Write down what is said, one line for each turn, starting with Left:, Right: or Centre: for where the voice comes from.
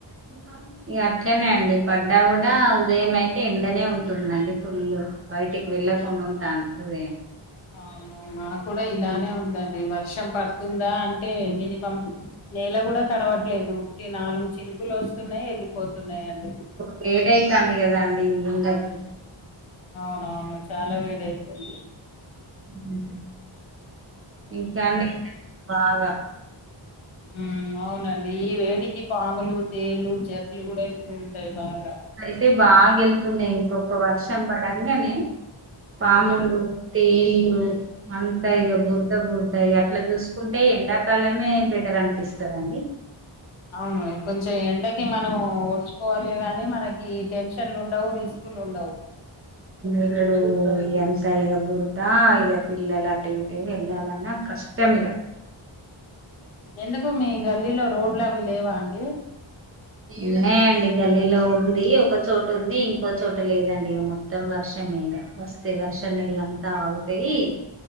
Right: ఇంక ఇగ అట్లనే అండి పడ్డా కూడా ఉదయం అయితే ఎండనే ఉంటుందండి ఫుల్ బయటికి వెళ్ళకుండా ఉంటాను ఉదయం
Left: అవున మనక్ కూడా ఇలానే
Right: ఉమ్.
Left: ఉందండి వర్షం పడుతుందా అంటే మినిమం నేల కూడా తడవట్లేదు ఉట్టి నాలుగు చినుకులు వస్తున్నాయి వెళ్ళిపోతున్నాయండి
Right: వైడైతాంది కదా అండి ఎండకు
Left: అవునవును చాలా వేడి అయితుంది
Right: మ్ ఇంకా అండి బాగా
Left: ఉమ్ అవునండి ఈ వేడికి పాములు తేళ్లు జర్రెలు కూడా వెళ్తూ ఉంటాయి బాగా
Right: అయితే బాగా ఎళ్తుండే ఇంకొక వర్షం పడంగనే పాములు
Left: ఉమ్,
Right: తేళ్ళు అంతా ఇగ బురదా బుర్దా ఇగ అట్లా చూసుకుంటే ఎండాకాలమే బెటర్ అనిపిస్తది అండి
Left: అవును కొంచెం ఎండకి మనం ఓర్చుకోవాలి గాని మనకి టెన్షన్లు ఉండవు రిస్క్లు ఉండవు
Right: ఇప్పుడ ఎంత ఇగ బురదా ఇగ పిల్లలు అటే టే వెళ్ళాలన్న కష్టం ఇగ
Left: ఎందుకు మీ గల్లీలో రోడ్లు అవి లేవా అండి
Right: ఉన్నాయండి గల్లీలో ఉంది ఒకచోట ఉంది ఇంకో చోట లేదండి మొ త్తం వర్షం మేగ వస్తే వర్షం నీళ్లంతా ఆగుతయి